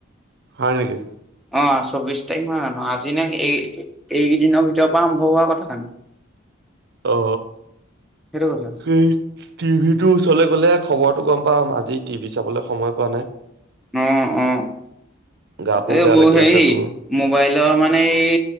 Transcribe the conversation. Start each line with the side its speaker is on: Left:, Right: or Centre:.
Right: হয় নেকি?
Centre: অ চৌবিশ তাৰিখ মান জানো আজি ন এই এইকেইদিনৰ ভিতৰৰ পৰা আৰম্ভ হোৱা কথা খান।
Right: অ
Centre: কথা।
Right: সেই টিভি ৰ ওচৰলে গ'লে খবৰটো গম প বা আজি টিভি চাবলৈ সময় পোৱা নাই
Centre: অ অ।
Right: গাটোও
Centre: এ
Right: বেয়া
Centre: মোৰ
Right: লাগি
Centre: হেৰি
Right: আছে তোৰ
Centre: মোবাইলৰ মানে এই